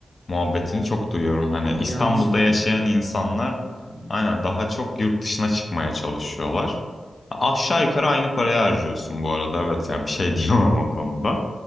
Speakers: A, on the left; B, in the centre.
A: muhabbetini çok duyuyorum. Hani
B: Yo,
A: İstanbul'da
B: yanlış bence
A: yaşayan
B: ya.
A: insanlar
B: Hı hı.
A: aynen daha çok yurt dışına çıkmaya çalışıyorlar. Aşağı yukarı aynı parayı harcıyorsun bu arada. Evet yani bir şey <laughs> diyemem o konuda.